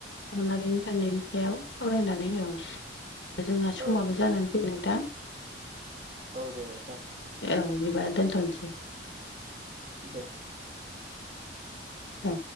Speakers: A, on the left; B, on the right.
A: अननानै इन्टारनेटनि सायाव सावरायनानै औ जोंहा समाबो
B: औ
A: जानानै फै नोंथां।
B: औ दे नोंथां।
A: औ बेबा दोनथ'नोसै।
B: दे।
A: औ।